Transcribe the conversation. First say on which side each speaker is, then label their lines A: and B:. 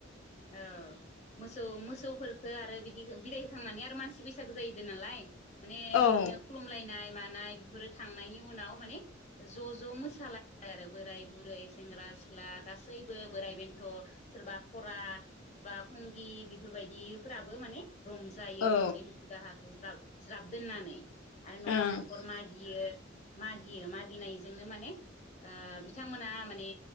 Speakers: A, on the left (about 35°); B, on the left (about 85°).
A: औ मोसौ मोसौफोरखो आरो बिदि बिदाय होखांनानै आरो मानसि बैसागो जाहैदों नालाय माने
B: औ
A: बिदिनो खुलुमलायनाय मानाय बेफोरो थांनायनि उनाव माने ज ज मोसालायनाय आरो बोराय बुरै सेंग्रा सिख्ला गासैबो बोराय बेन्थ सोरबा बा बा खंगि बेफोरबायदि बियोफोराबो माने रंजायो
B: औ
A: गावनि दुखु दाहाखौ ज्राब ज्राब दोननानै आरो नखर
B: ओं
A: नखर मागियो मागियो मागिनायजोंनो माने ओ बिथांमोना माने